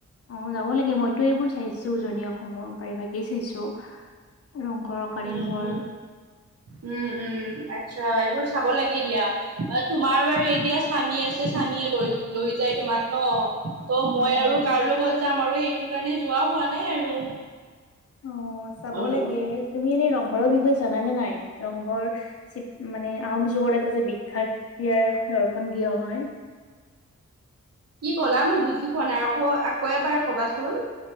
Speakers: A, on the left; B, on the right.
A: অ, 'যাব লাগে মই চাইছো জনী অসমৰ পাৰিভাগেই চাইছো ৰংঘৰ কাৰেংঘৰ
B: উম উম উম উম আচ্ছা এইবোৰ চাব লাগে দিয়া তোমাৰ বাৰু এতিয়া স্বামী আছে স্বামীয়ে লৈ লৈ যায় তোমাক ন ত
A: হয়
B: মই
A: হয়
B: আৰু কাৰ লগত যাম আৰু সেইটো কাৰণে যোৱা হোৱা নাই আৰু
A: অ চাব
B: কি
A: লাগে তুমি এনে ৰংঘৰত বিষয়ে জানা নে নাই? ৰংঘৰ চিপ মানে আহোম যুগৰ এটা যে বিখ্যাত ইয়াৰ দৰ্শন গৃহ হয়।
B: কি ক'লা মই বুজি পোৱা নাই আকৌ আকৌ এবাৰ কবাচোন।